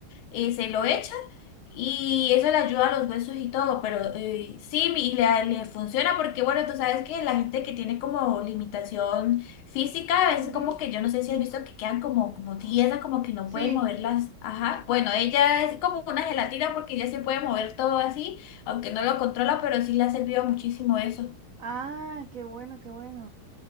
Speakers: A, on the left; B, on the right.
A: eh, se lo echa y eso le ayuda a los huesos y todo, pero eh, sí, mi- y le, le funciona porque, bueno, tú sabes que la gente que tiene como limitación física, a
B: ujú,
A: veces como que yo no sé si has visto que quedan como, como tiesas, como que no
B: Sí,
A: pueden moverlas. Ajá. Bueno, ella es como una gelatina porque ella sí puede mover todo así, aunque no lo controla, pero sí le ha servido muchísimo eso.
B: ah, qué bueno, qué bueno.